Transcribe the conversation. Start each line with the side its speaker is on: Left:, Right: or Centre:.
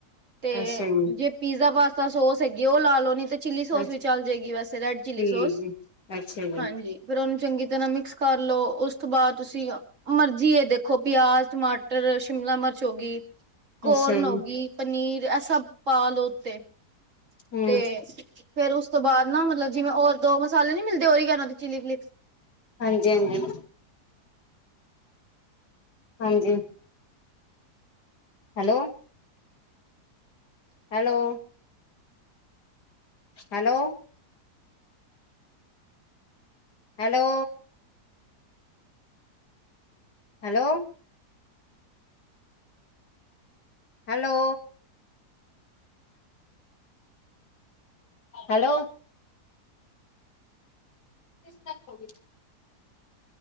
Right: ਤੇ
Left: ਅੱਛਾ ਜੀ
Right: ਜੇ ਪੀਜ਼ਾ -ਪਾਸਤਾ ਸੋਸ ਹੈਗੇ ਉਹ ਲਾ ਲੋ ਨੀ ਤੇ ਚਿੱਲੀ ਸੋਸ
Left: ਅੱਛਾ
Right: ਵੀ, ਜਾਏਗੀ ਵੈਸੇ ਰੈਡ - ਚੀਲੀ
Left: ਠੀਕ
Right: ਸੋਸ
Left: ਜੀ ਅੱਛਾ ਜੀ
Right: ਹਾਂਜੀ। ਹਾਂਜੀ ਫੇਰ ਉਹਨੂੰ ਚੰਗੀ ਤਰ੍ਹਾਂ ਮਿਕਸ ਕਰਲੋ। ਉਸ ਤੋਂ ਬਾਅਦ ਤੁਸੀਂ, ਮਰਜੀ ਏ ਦੇਖੋ ਪਿਆਜ਼, ਟਮਾਟਰ, ਸ਼ਿਮਲਾ- ਮਿਰਚ ਹੋ ਗਈ। ਕੋਰਨ
Left: ਅੱਛਾ
Right: ਹੋ
Left: ਜੀ
Right: ਗਈ ਪਨੀਰ ਇਹ ਸਭ ਪਾ ਲੋ ਉੱਤੇ।
Left: ਹੂੰ,
Right: ਤੇ ਫੇਰ ਉਸ ਤੋਂ ਬਾਅਦ ਨਾ ਮਤਲਬ ਜਿਵੇਂ ਹੋਰ ਦੋ ਮਸਾਲੇ ਨੀ ਮਿਲਦੇ ਉਹੀ ਕ ਦੇ ਚਿਲੀ -ਫਲਿਕਸ।
Left: ਹਾਂਜੀ- ਹਾਂਜੀ -ਹਾਂਜੀ hello! Hello! Hello! Hello! Hello! Hello! Hello! <inaudible>